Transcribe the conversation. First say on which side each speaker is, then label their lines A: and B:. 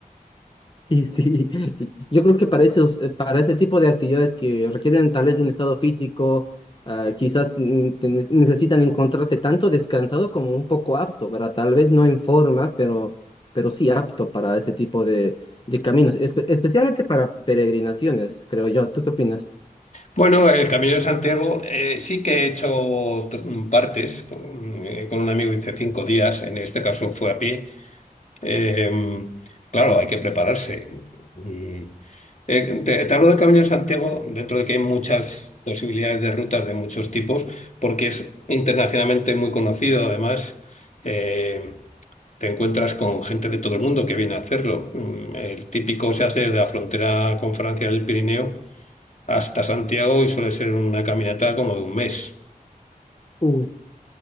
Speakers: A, on the left; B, on the left.
A: Y sí, <laughs> yo creo que para esos, eh, para ese tipo de actividades que requieren tal vez de un estado físico, ah, quizás mm, te ne- necesitan encontrarte tanto descansado como un poco apto, ¿verdad? Tal vez no en forma, pero, pero sí apto para ese tipo de, de caminos, espe- especialmente para peregrinaciones, creo yo. ¿Tú qué opinas?
B: Bueno, el Camino de Santiago eh, sí que he hecho t- partes eh, con un amigo hice cinco días, en este caso fue a pie. Eh, claro, hay que prepararse. Mm. Eh, te, te hablo del Camino de Santiago dentro de que hay muchas posibilidades de rutas de muchos tipos, porque es internacionalmente muy conocido además. eh, Te encuentras con gente de todo el mundo que viene a hacerlo. Mm, El típico se hace desde la frontera con Francia del Pirineo hasta Santiago y suele ser una caminata como de un mes.
A: Uy,